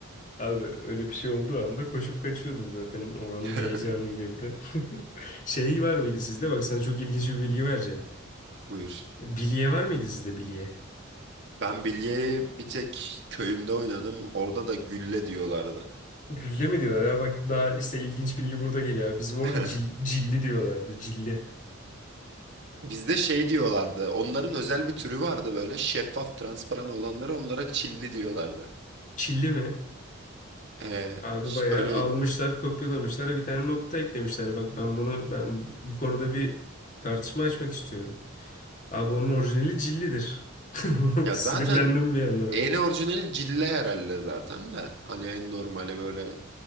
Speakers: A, on the left; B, on the right.
A: Abi öyle bir şey olduğu anda koşup kaçıyordun zaten o anın
B: <laughs>
A: heyecanıyla bir de. <laughs> Şey var mıydı sizde? Bak sana çok ilginç bir bilgi vereceğim.
B: Buyur.
A: Bilye var mıydı sizde bilye?
B: Ben bilyeyi bir tek köyümde oynadım. Orada da gülle diyorlardı.
A: Gülle mi diyorlar ha? Bak daha işte ilginç bilgi burada geliyor. Bizim orada
B: <laughs>
A: cil- cilli diyorlardı. Cilli.
B: Bizde şey diyorlardı. Onların özel bir türü vardı böyle. Şeffaf, transparan olanlara onlara çilli diyorlardı.
A: Çilli mi?
B: Ee,
A: Abi
B: ş-
A: bayağı
B: böyle
A: almışlar, kopyalamışlar. ve Bir tane nokta eklemişler. Bak ben bunu ben bu konuda bir tartışma açmak istiyorum. Abi onun orijinali cillidir. <laughs>
B: ya
A: Sinirlendim
B: zaten
A: bir anda bak.
B: en orijinali cille herhalde zaten de. Hani en normali böyle.